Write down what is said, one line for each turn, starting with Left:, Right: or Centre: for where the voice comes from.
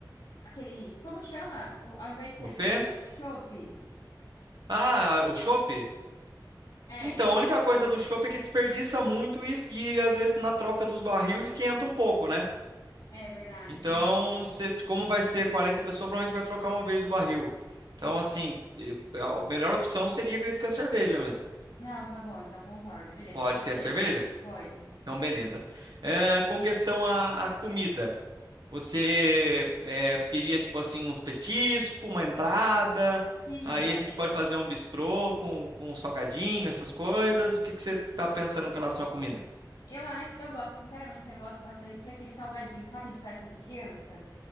Left: aqueles, como que chama? O- ao invés de cerveja,
Right: Buffet?
Left: chopp?
Right: Ah, o chopp?
Left: É,
Right: Então, a única coisa do chopp é que desperdiça muito e, es- e, às vezes na troca dos barril esquenta um pouco, né?
Left: é verdade,
Right: Então,
Left: tem isso também.
Right: se- como vai ser 40 pessoas, provavelmente vai trocar uma vez o barril. Então, assim, e- é, a melhor opção seria, acredito que a cerveja mesmo.
Left: Não, tá bom, então concordo. Beleza,
Right: Pode
Left: pode
Right: ser
Left: ser.
Right: a cerveja?
Left: Pode.
Right: Então, beleza. É, com questão à, à comida, você é, queria, tipo assim, uns petiscos, uma entrada,
Left: Queria.
Right: aí a gente pode fazer um bistrô com, com um salgadinho, essas coisas. O que que você está pensando em relação à comida?
Left: Eu acho, eu gosto, sinceramente, assim, eu gosto bastante daquele salgadinho, sabe, de festa de criança?